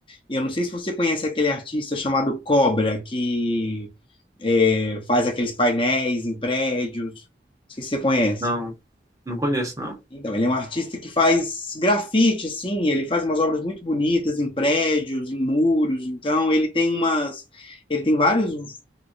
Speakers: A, on the left; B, on the right.
A: E eu não sei se você conhece aquele artista chamado Cobra, que é, faz aqueles painéis em prédios. Não sei se você conhece.
B: Não, não conheço, não.
A: Então, ele é um artista que faz grafite, assim, ele faz umas obras muito bonitas em prédios, em muros, então ele tem umas, ele tem vários